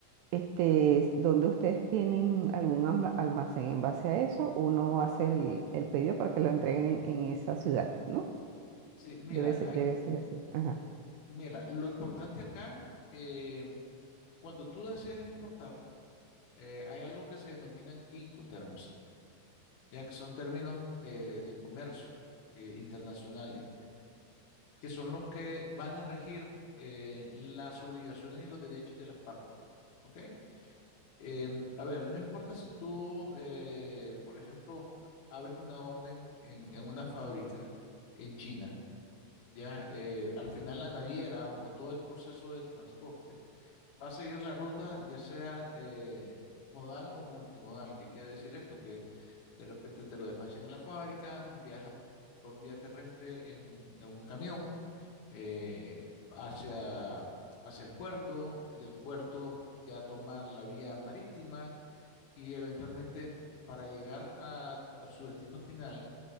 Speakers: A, on the right (about 85°); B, on the left (about 65°).
A: Este, donde ustedes tienen algún alma- almacén en base a eso, uno hace el, el pedido para que lo entreguen en esa ciudad, ¿no?
B: Sí, mira,
A: Debe ser,
B: eh,
A: debe ser así. Ajá.
B: mira, lo importante acá, eh, cuando tú decides importar, eh, hay algo que se denominan Incoterms, ya que son términos eh, de comercio eh, internacionales, que son los que van a regir eh, las obligaciones y los derechos de las partes. ¿Ok? Eh, a ver, no importa si tú, eh, por ejemplo, a- abres una orden en en una fábrica en China Ya, eh, al final la naviera o todo el proceso del transporte va a seguir la ruta, ya sea eh, modal o multimodal. ¿Qué quiere decir esto? Que de repente te lo despachan en la fábrica, viaja por vía terrestre en, en un camión eh, hacia, hacia el puerto, y del puerto ya toma la vía marítima y eventualmente para llegar a a su destino final